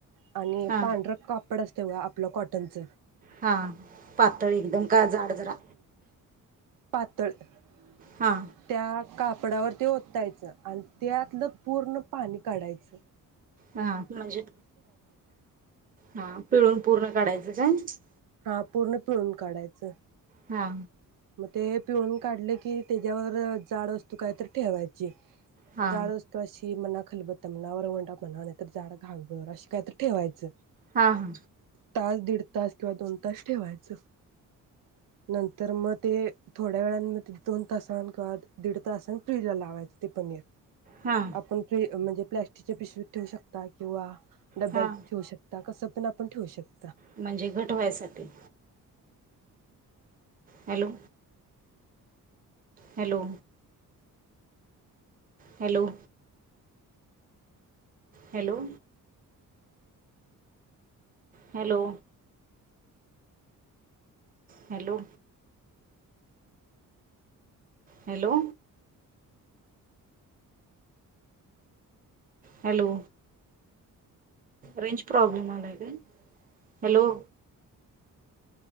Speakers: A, on the right; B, on the right.
A: आणि
B: हा
A: पांढर कापड अस... तेव्हा आपल कॉटनच
B: हा पातळ एकदम का जाड जरा..
A: <inaudible> तळ <inaudible>
B: हा
A: त्या कापडावर ते ओतायच आणि त्यातल पूर्ण पाणी काढायच...
B: हा म्हणजे हा पिळून पूर्ण काढायच.... <inaudible>
A: हा पूर्ण पिळून काढायच
B: हा
A: ते पिळून काढल कि त्याच्यावर जाड वस्तू काय तर ठेवायची....
B: हा
A: जाड वस्तू अशी... ती म्हणा, खलबत्ता म्हणा, वरवंटा म्हणा, नाहीतर जाड घागबर अशी काय तर ठेवायच...
B: हा हा
A: तास दीड तास किंवा दोन तास ठेवायच नंतर मग.... ते थोड्या वेळान म दोन तासान किंवा दीड तासन फ्रिज ला लावायचे ते पनीर....
B: हा
A: आपण फ्री म्हणजे प... तिच्या पिशवीत ठेवू शकताय किंवा... डब्यात
B: हा
A: ठेऊ शकता कस... पण आपण ठेवू शको
B: म्हणजे घट व्ह्यासाठी hello hello hello hello hello hello hello hello range problem आलाय काय हॅलो...